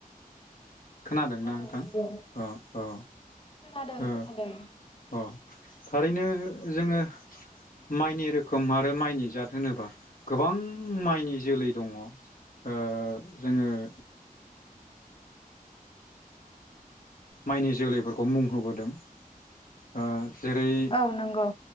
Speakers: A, on the left; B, on the left.
A: खोनादोंना
B: औ
A: नोंथां
B: नंगौ
A: औ औ
B: खोनादों
A: ओ
B: खोनादों
A: अ थारैनो जोङो माइनि रोखोम आरो माइनि जाद होनोब्ला गोबां माइनि जोलै दङ ओ जोङो <unintelligible> माइनि जोलैफोरखौ मुं होबोदों ओ जेरै
B: औ नंगौ